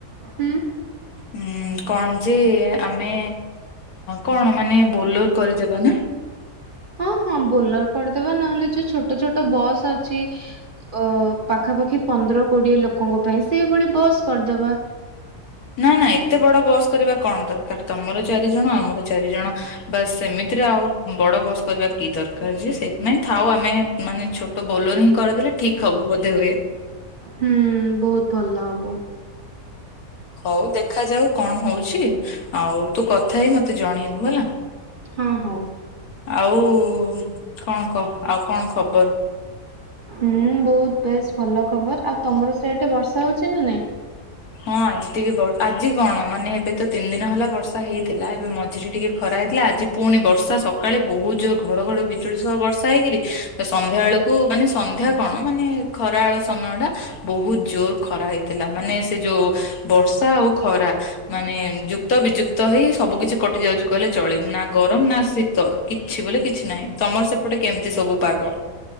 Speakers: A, on the right; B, on the left.
A: ହୁଁ।
B: ଉଁ କଣ ଯେ ଆମେ କଣ ମାନେ ବୋଲୋର କରିଦେବା ନା।
A: ହଁ ହଁ ବୋଲେୋର କରିଦେବା ନହେଲେ ଯୋଉ ଛୋଟ ଛୋଟ ବସ୍ ଅଛି ଅ ପାଖାପାଖି। ପନ୍ଦର କୋଡିଏ ଲୋକଙ୍କ ପାଇଁ ସେଇଭଳି ବସ୍ କରିଦବା।
B: ନା ନା ଏତେ ବଡ ବସ୍ କରିବା କଣ ଦରକାର ତମର ଚାରି ଜଣ ଆମର ଚାରି ଜଣ ବାସ୍ ସେମିତିରେ ଆଉ। ଆଉ ବଡ ବସ୍ କରିବା କି ଦରକାର ଯେ ସେଥିପାଇଁ ଥାଉ ଆମେ ମାନେ ଛୋଟ ବୋଲର୍ ହିଁ କରିଦେଲେ ଠିକ। ହବ ବୋଧେ ହୁଏ
A: ହୁଁ ବହୁତ ଭଲ ହବ।
B: ହଉ ଦେଖାଯାଉ କଣ ହଉଛି ଆଉ ତୁ କଥା ହେଇ ମତେ ଜଣେଇବୁ ହେଲା।
A: ହଁ ହଉ।
B: ଆଉ କଣ କହ ଆଉ କଣ ଖବର।
A: ହୁଁ ବହୁତ ବେଶ ଭଲ ଖବର ଆଉ ତମର ସେଠେ ବର୍ଷା ହଉଛି ନା ନାଇଁ।
B: ହଁ ଆଜି ଟିକେ ବ ଆଜି କଣ ମାନେ ଏବେ। ତ ତିନି ଦିନ ହେଲା ବର୍ଷା ହେଇଥିଲା ଏବେ ମଝିରେ ଟିକେ ଖରା ହେଇଥିଲା ଆଜି ପୁଣି ବର୍ଷା ସକାଳେ ବହୁତ ଜୋର ଘ ଘଡ଼ି ବିଜୁଳି ସହ ବର୍ଷା ହେଇକିରି ସନ୍ଧ୍ୟା ବେଳକୁ ମାନେ ସନ୍ଧ୍ୟା କଣ ମାନେ ଖରା ବେଳ ସମୟ। ଟା ବହୁତ ଜୋର ଖରା ହେଇଥିଲା ମାନେ ସେ ଯୋଉ ବର୍ଷା ଆଉ ଖରା ମାନେ ଯୁକ୍ତ ବିଯୁକ୍ତ ହେଇ ସବୁ କିଛି କଟି ଯାଉଛି କହିଲେ ଚଳେ ନା ଗରମ ନା ଶୀତ କିଛି ବୋଲେ କିଛି ନାହିଁ ତମର ସେପଟେ କେମିତି ସବୁ ପାଗ?